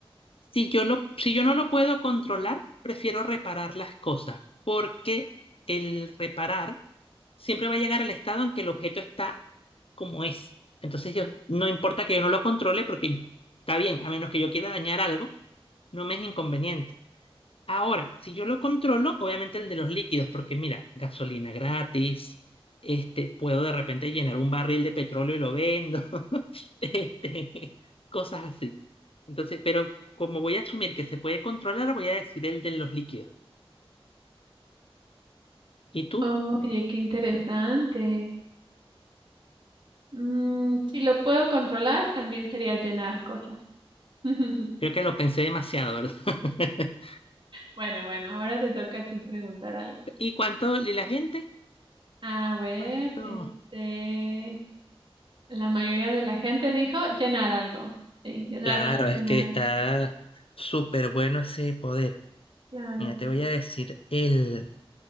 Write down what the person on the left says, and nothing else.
si yo lo, si yo no lo puedo controlar, prefiero reparar las cosas, porque el reparar siempre va a llegar al estado en que el objeto está como es. Entonces yo, no importa que yo no lo controle porque está bien, a menos que yo quiera dañar algo, no me es inconveniente. Ahora, si yo lo controlo, obviamente el de los líquidos, porque mira, gasolina gratis, este, puedo de repente llenar un barril de petróleo y lo vendo, <laughs> este, cosas así. Entonces, pero como voy a asumir que se puede controlar, voy a decir el de los líquidos. ¿Y tú?
Creo que lo pensé demasiado, ¿verdad? <laughs>
¿Y cuánto? ¿Y la gente?
¿Cuánto?
Claro,
es que está súper bueno ese poder.
Mira, te voy a decir el...